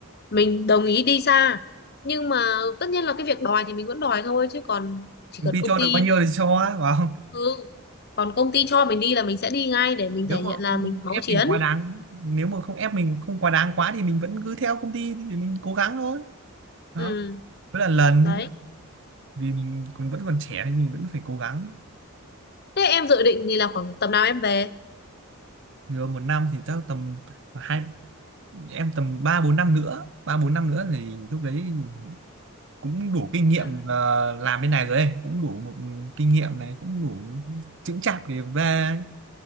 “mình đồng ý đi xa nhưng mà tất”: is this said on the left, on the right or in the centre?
Left